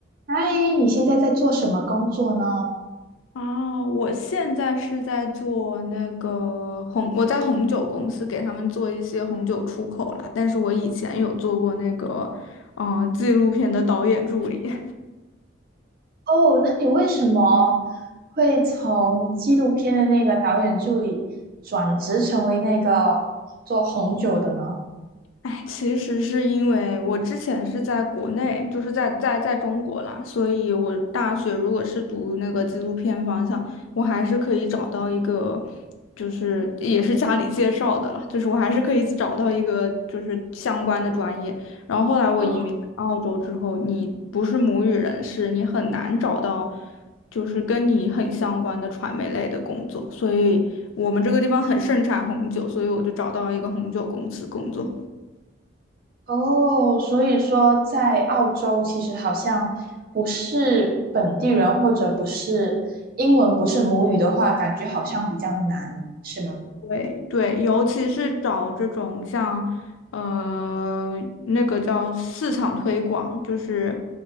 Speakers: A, on the right; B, on the left.
A: 嗨，你现在在做什么工作呢？
B: 哦，我现在是在做那个红，我在红酒公司给他们做一些红酒出口啦，但是我以前有做过那个，嗯、纪录片的导演助理。
A: 哦，那你为什么会从纪录片的那个导演助理转职成为那个做红酒的呢？
B: 哎，其实是因为我之前是在国内，就是在在在中国啦，所以我大学如果是读那个纪录片方向，我还是可以找到一个，就是也是家里介绍的了，就是我还是可以找到一个就是相关的专业。然后后来我移民澳洲之后，
A: 嗯，
B: 你不是母语人士，你很难找到就是跟你很相关的传媒类的工作，所以我们这个地方很盛产红酒，所以我就找到了一个红酒公司工作。
A: 哦，所以说在澳洲其实好像不是本地人或者不是英文不是母语的话，感觉好像比较难，是吗？
B: 对对，尤其是找这种像，呃，那个叫市场推广，就是，